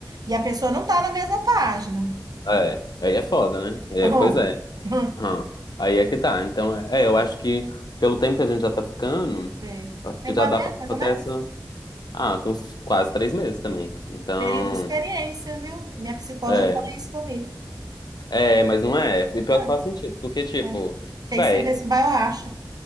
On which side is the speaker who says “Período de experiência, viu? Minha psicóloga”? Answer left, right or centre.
Right